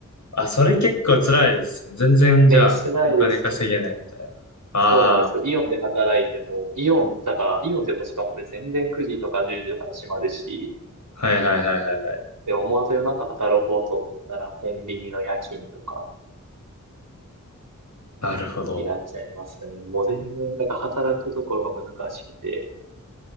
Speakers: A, on the left; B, on the right.
A: あ。あ、それ結構辛いですね。全然、じゃあ、
B: えー、辛いですよね。
A: お金稼げないみたいな。あ
B: そうなんですよ。イオンで働いても、イオンだから、イオンでもしかもで全然9時とか10時とかに閉まるし、
A: あ。はいはいはいはいはい。
B: で、思わず夜中働こうと思ったら、コンビニの夜勤とか
A: なるほど。
B: になっちゃいますね。もう全然、なんか働くところが難しくて、